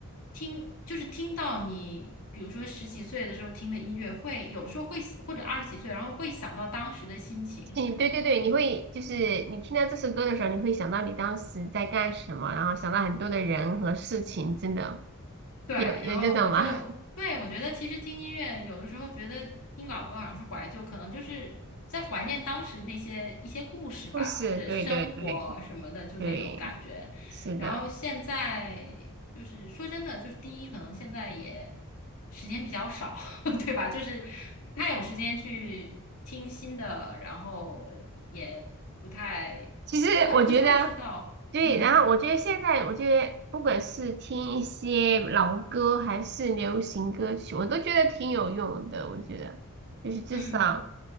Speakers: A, on the left; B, on the right.
A: 听就是听到你，比如说十几岁的时候听的音乐会，有的时候会或者二十几岁，然后会想到当时的心情。
B: 你对对对，你会就是你听到这首歌的时候，你会想到你当时在干什么，然后想到很多的人和事情，真的
A: 对，
B: 有有这种吗？
A: 然后我就，对，我觉得其实听音乐有的时候觉得听老歌好像是怀旧，可能就是在怀念当时那些一些故事吧，
B: <laughs> 故事，
A: 或者生活什么的，
B: 对对对
A: 就那种感觉。
B: 对，是的。
A: 然后现在就是说真的，就是第一，可能现在也时间比较少，<laughs> 对吧？就是不太有时间去听新的，然后也不太，
B: 其实我觉得，
A: 我也不太知道，
B: 对，
A: 嗯
B: 然后我觉得现在，我觉得不管是听一些老歌还是流行歌曲，我都觉得挺有用的。我觉得就是至少
A: 嗯。